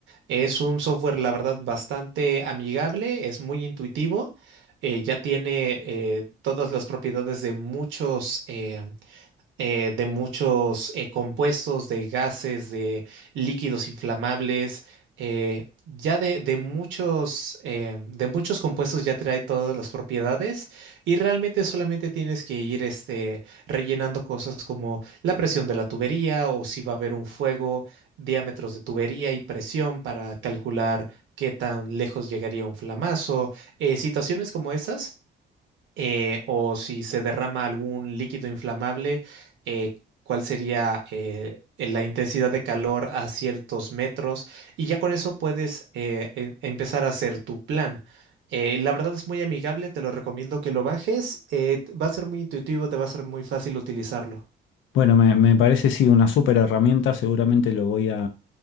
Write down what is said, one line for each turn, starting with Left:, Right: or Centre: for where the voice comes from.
Right: Es un software, la verdad, bastante amigable, es muy intuitivo, eh, ya tiene eh, todas las propiedades de muchos eh, eh, de muchos eh, compuestos, de gases, de líquidos inflamables, eh, ya de, de muchos, eh, de muchos compuestos ya trae todas las propiedades y realmente solamente tienes que ir este, rellenando cosas como la presión de la tubería o si va a haber un fuego, diámetros de tubería y presión para calcular qué tan lejos llegaría un flamazo, eh, situaciones como esas eh, o si se derrama algún líquido inflamable, eh, cuál sería eh, la intensidad de calor a ciertos metros, y ya con eso puedes eh, em- empezar a hacer tu plan. Eh, la verdad es muy amigable, te lo recomiendo que lo bajes, eh, t- va a ser muy intuitivo, te va a ser muy fácil utilizarlo.
Left: Bueno, me, me parece sí una súper herramienta, seguramente lo voy a,